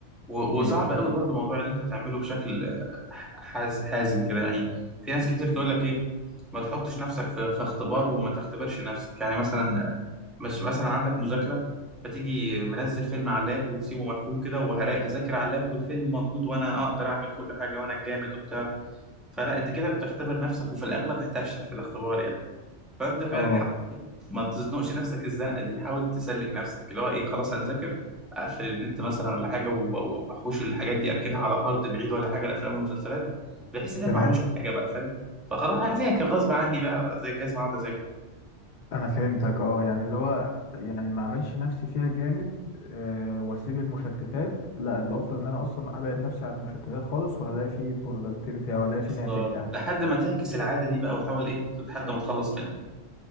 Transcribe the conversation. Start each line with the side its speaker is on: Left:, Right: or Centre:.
Centre: و-
Left: بيفشل
Centre: وصعب قوي
Left: مني
Centre: برضو موضوع ان انت تعمله بشكل آه، حاز حازم كده يعني في ناس كتير تقول لك ايه ما تحطش نفسك في في اختبار وما تختبرش نفسك يعني مثلا مش مثلا عندك مذاكرة فتيجي منزل فيلم على اللاب وتسيبه مركون كده وهذاكر على اللاب والفيلم موجود وانا اقدر اعمل كل حاجة وانا الجامد وبتاع فلا انت كده بتختبر نفسك وفي الاغلب هتفشل في الاختبار يعني فانت فعلا
Left: اه
Centre: حاول ما تزنقش نفسك الزنقة دي حاول تسلك نفسك اللي هو ايه خلاص هنذاكر اقفل النت مثلا ولا حاجة و- و- واحوش الحاجات دي اركنها على هارد بعيد ولا حاجة الافلام والمسلسلات بحيث ان هي
Left: تمام
Centre: معلوش حاجة بقى فاهم فخلاص هذاكر غصب عني بقى زي الجزمة اقعد
Left: انا فهمتك اه يعني اللي هو يعني
Centre: اذاكر
Left: ما اعملش نفسي فيها جامد أه واسيب المشتتات لا الافضل ان انا اصلا ابعد نفسي عن المشتتات خالص وهلاقي فيه برودكتيفيتي او الاقي
Centre: بالظبط
Left: فيه ناتج يعني
Centre: لحد ما تعكس العادة دي بقى وحاول إيه لحد ما تخلص منها